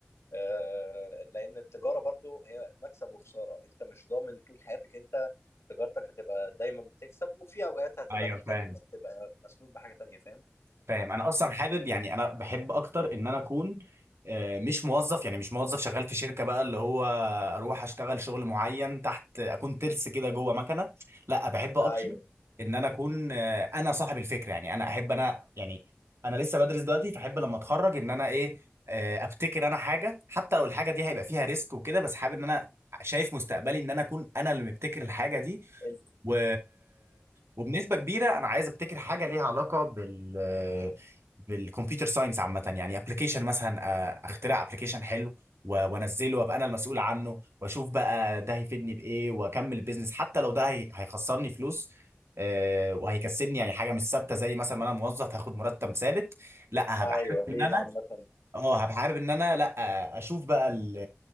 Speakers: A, on the left; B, on the right.
A: آه، لان التجاره برضو هي مكسب وخساره انت مش ضامن طول حياتك انت تجارتك هتبقى دايما بتكسب وفي اوقات هتبقى
B: ايوه
A: محتاج
B: فاهم
A: انك تبقى مسنود بحاجه تانية فاهم
B: فاهم انا اصلا حابب يعني انا بحب اكتر ان انا اكون آه، مش موظف يعني مش موظف شغال في شركه بقى اللي هو اروح اشتغل شغل معين تحت اكون ترس كده جوه مكنه لا بحب اكتر
A: ايوه
B: ان انا اكون آه، انا صاحب الفكره يعني انا احب انا يعني انا لسه بدرس دلوقتي فاحب لما اتخرج ان انا ايه آه، ابتكر انا حاجه حتى لو الحاجه دي هيبقى فيها ريسك وكده بس حابب ان انا شايف مستقبلي ان انا اكون انا اللي مبتكر الحاجه دي
A: ال-
B: و... وبنسبه كبيره انا عايز ابتكر حاجه ليها علاقه بال بالكمبيوتر ساينس عامه يعني ابلكيشن مثلا آه، اخترع ابلكيشن حلو و- وانزله وابقى انا المسؤول عنه واشوف بقى ده هيفيدني بايه واكمل البيزنس حتى لو ده هي- هيخسرني فلوس آه، وهيكسبني يعني حاجه مش ثابته زي مثلا ما انا موظف هاخد مرتب ثابت لا
A: ايوه
B: هبقى حابب ان
A: دي
B: انا
A: عامه
B: اه هبقى حابب ان انا لا اشوف بقى ال